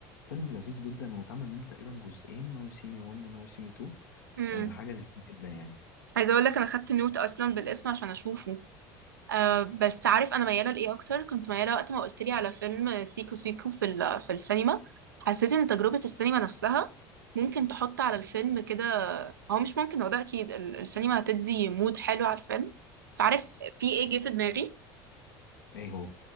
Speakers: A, on the left; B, on the right.
A: فيلم لذيذ جدا واتعمل منه تقريبا جزئين ناو يو سي مي 1 وناو يو سي مي 2
B: امم
A: آه حاجة لذيذة جدا يعني
B: عايزه اقول لك انا خدت نوت اصلا بالاسم عشان اشوفه آه بس عارف انا مياله لايه اكتر كنت مياله وقت ما قلت لي على فيلم سيكو سيكو في ال- في السينما حسيت ان تجربه السينما نفسها ممكن تحط على الفيلم كده هو مش ممكن هو ده اكيد ال- السينما هتدي مود حلو على الفيلم فعارف في ايه جه في دماغي
A: ايه هو